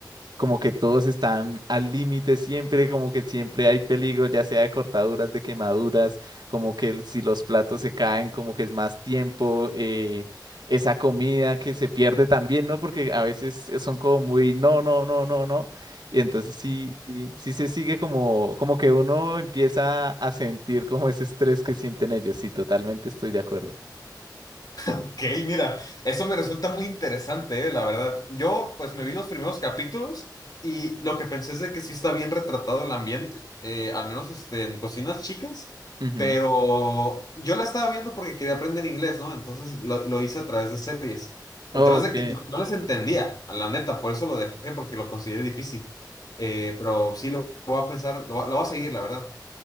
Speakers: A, on the right; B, on the left.
A: como que todos están al límite siempre, como que siempre hay peligro, ya sea de cortaduras, de quemaduras, como que si los platos se caen, como que es más tiempo, eh, esa comida que se pierde también, ¿no? Porque a veces son como muy, no, no, no, no, no. Y entonces sí, sí, sí se sigue como, como que uno empieza a sentir como ese estrés que sienten ellos. Sí, totalmente estoy de acuerdo.
B: Ok, mira, eso me resulta muy interesante, eh, la verdad. Yo, pues, me vi los primeros capítulos y lo que pensé es de que sí está bien retratado el ambiente, eh, al menos este, en cocinas chicas,
A: Ujú.
B: pero yo la estaba viendo porque quería aprender inglés, ¿no? Entonces lo, lo hice a través de series. El
A: Ok.
B: tema es de que no, no les entendía, a la neta, por eso lo dejé, porque lo consideré difícil. Eh, pero sí lo voy a pensar, lo, va- lo voy a seguir, la verdad.